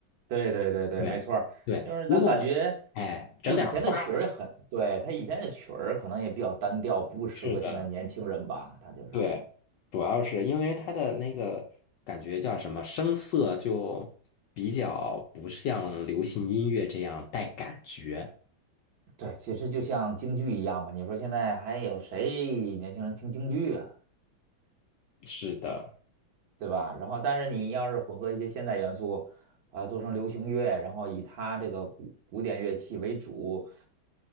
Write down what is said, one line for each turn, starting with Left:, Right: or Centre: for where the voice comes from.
Right: 对对对对，
Left: 对对，
Right: 没错儿就是咱感觉
Left: 如果哎整点儿花儿，
Right: 他以前的曲儿也很，对，他以前的曲儿可能也比较单调，
Left: 对，
Right: 不适合现在年轻人吧，
Left: 是的。
Right: 他就是。
Left: 对，主要是因为它的那个感觉叫什么，声色就比较不像流行音乐这样带感觉。
Right: 对，其实就像京剧一样嘛，你说现在还有谁年轻人听京剧啊，
Left: 是的，
Right: 对吧？然后，但是你要是混合一些现代元素，把它做成流行乐，然后以它这个古古典乐器为主，